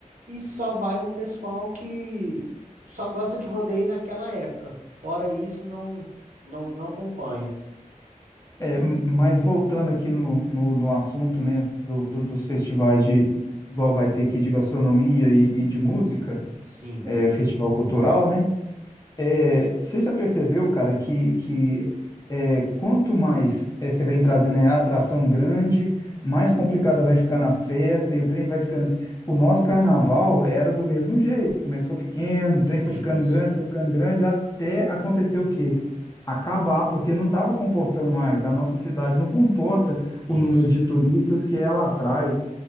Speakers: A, on the right; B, on the left.
A: E só vai um pessoal que só gosta de rodeio naquela época. Fora isso, não, não, não acompanha.
B: É, m- mas voltando aqui no, no, no assunto, né, do, do- dos festivais de, igual vai ter aqui de gastronomia e, e de música,
A: Sim,
B: é, festival cultural, né? É, você já percebeu, cara, que, que é, quanto mais é, você vem trazendo é, a atração grande, mais complicada vai ficar na festa e o trem vai ficando assim. O nosso carnaval era do mesmo jeito, começou pequeno, o trem foi
A: isso,
B: ficando grande, foi ficando grande, até acontecer o quê? Acabar, porque não estava comportando mais. A nossa cidade não comporta
A: isso.
B: o número de turistas que ela atrai. O